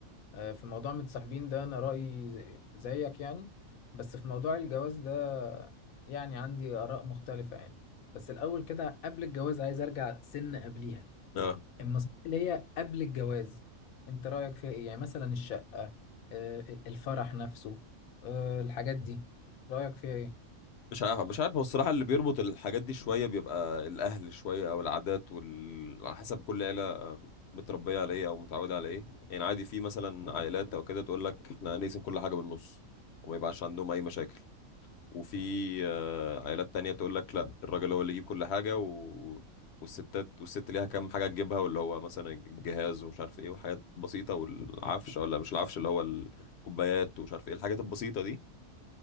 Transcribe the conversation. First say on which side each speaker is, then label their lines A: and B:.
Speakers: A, on the left (about 80°); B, on the left (about 60°).
A: آه، في موضوع متصاحبين ده انا رأيي زي- زيك يعني بس في موضوع الجواز ده يعني عندي آراء مختلفة يعني بس الأول كده قبل الجواز عايز أرجع سن قبليها
B: اه
A: النصيحة اللي هي قبل الجواز أنت رأيك فيها إيه يعني مثلا الشقة آه، الفرح نفسه آه، الحاجات دي رأيك فيها إيه
B: مش عارف مش عارف هو الصراحه اللي بيربط الحاجات دي شويه بيبقى الاهل شويه او العادات وال على حسب كل عيله متربيه على ايه او متعوده على ايه يعني عادي في مثلا عائلات او كده تقول لك احنا نقسم كل حاجه بالنص وما يبقاش عندهم اي مشاكل وفي آه، عائلات تانية تقول لك لا الراجل هو اللي يجيب كل حاجة و... والستات والست ليها كام حاجة تجيبها واللي هو مثلا الجهاز ومش عارف ايه وحاجات بسيطة والعفش ولا مش العفش اللي هو الكوبايات ومش عارف ايه الحاجات البسيطة دي